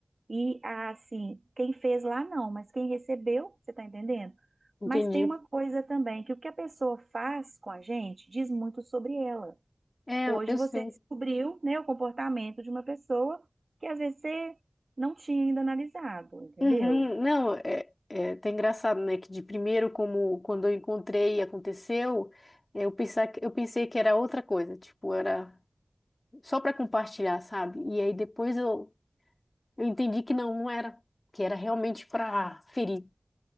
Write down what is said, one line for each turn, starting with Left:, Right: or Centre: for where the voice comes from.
Right: e assim, quem fez lá não, mas quem recebeu, você está entendendo?
Left: Entendi.
Right: Mas tem uma coisa também, que o que a pessoa faz com a gente diz muito sobre ela.
Left: É,
Right: Hoje
Left: eu eu
Right: você
Left: sei.
Right: descobriu, né, o comportamento de uma pessoa que às vezes você não tinha ainda analisado, entendeu?
Left: Uhum. Não, é, é tá engraçado, né? Que de primeiro, como quando eu encontrei e aconteceu, eu pensar, que- eu pensei que era outra coisa, tipo, era só para compartilhar, sabe? E aí depois eu, eu entendi que não, não era, que era realmente para ferir,